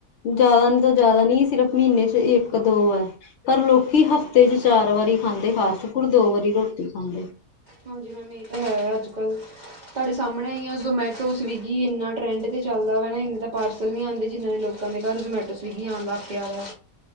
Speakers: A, on the left (about 65°); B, on the right (about 65°).
A: ਜ਼ਿਆਦਾ ਤਾਂ ਜ਼ਿਆਦਾ ਨਹੀਂ ਸਿਰਫ ਮਹੀਨੇ ਚ ਇੱਕ ਦੋ ਵਾਰ, ਪਰ ਲੋਕੀ ਹਫ਼ਤੇ ਚ ਚਾਰ ਵਾਰੀ ਖਾਂਦੇ ਫਾਸਟ ਫੂਡ ਦੋ ਵਾਰੀ ਰੋਟੀ ਖਾਂਦੇ।
B: ਹਾਂਜੀ ਮੈਮ, ਇਹ ਤਾਂ ਹੈ ਆ ਅੱਜ ਕੱਲ੍ਹ, ਤੁਹਾਡੇ ਸਾਹਮਣੇ ਆਈ ਆ ਜ਼ਮੈਟੋ ਸਵੀਗੀ ਇੰਨਾ ਟਰੈਂਡ ਤੇ ਚੱਲਦਾ ਵਾ ਨਾ ਇੰਨੇ ਤਾਂ ਪਾਰਸ ਸਮਝ ਨਹੀਂ ਆਉਂਦੀ ਜਿਨ੍ਹਾਂ ਨੇ ਲੋਕਾਂ ਦੇ ਘਰ ਜ਼ਮੈਟੋ ਸਵਿਗੀ ਆਉਣ ਲੱਗ ਪਿਆ ਵਾ।